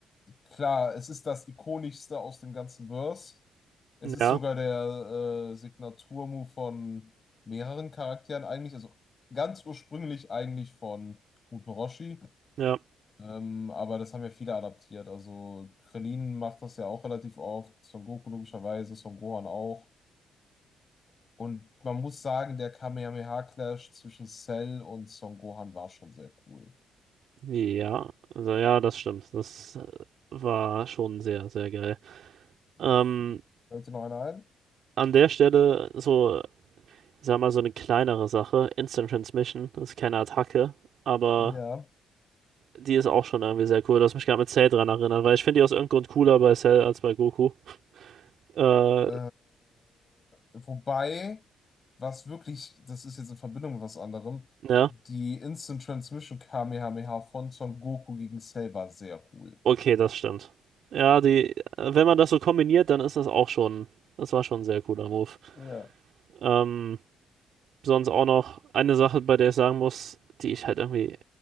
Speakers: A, on the left (about 40°); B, on the right (about 65°).
A: Klar, es ist das ikonischste aus dem ganzen Verse. Es
B: Ja,
A: ist sogar der äh, Signaturmove von mehreren Charakteren eigentlich, also ganz ursprünglich eigentlich von Muten Roshi,
B: ja,
A: ähm, aber das haben ja viele adaptiert. Also Krillin macht das ja auch relativ oft, Son Goku logischerweise, Son Gohan auch. Und man muss sagen, der Kamehameha-Clash zwischen Cell und Son Gohan war schon sehr cool.
B: ja. Also, ja, das stimmt. Das äh, war schon sehr, sehr geil. Ähm,
A: Okay. Fällt dir noch einer ein?
B: an der Stelle so, sag mal, so eine kleinere Sache. Instant Transmission das ist keine Attacke, aber
A: Ja.
B: die ist auch schon irgendwie sehr cool. Du hast mich gerade mit Cell dran erinnert, weil ich finde die aus irgendeinem Grund cooler bei Cell als bei Goku. Äh,
A: Äh, wobei, was wirklich, das ist jetzt in Verbindung mit was anderem,
B: ja.
A: die Instant Transmission Kamehameha von Son Goku gegen Cell war sehr cool.
B: Okay, das stimmt. Ja, die, äh, wenn man das so kombiniert, dann ist das auch schon, das war schon ein sehr cooler Move.
A: Ja.
B: Ähm, sonst auch noch eine Sache, bei der ich sagen muss, die ich halt irgendwie